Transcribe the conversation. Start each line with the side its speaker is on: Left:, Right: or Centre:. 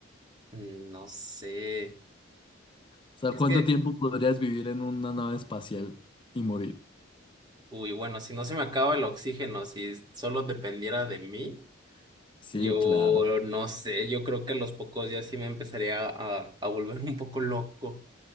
Right: mm, no sé.
Left: O sea,
Right: Es
Left: ¿cuánto
Right: que,
Left: tiempo podrías vivir en una nave espacial y morir?
Right: uy, bueno, si no se me acaba el oxígeno, si solo dependiera de mí,
Left: Sí,
Right: yo
Left: claro.
Right: no sé, yo creo que a los pocos días sí me empezaría a, a volver <laughs> un poco loco.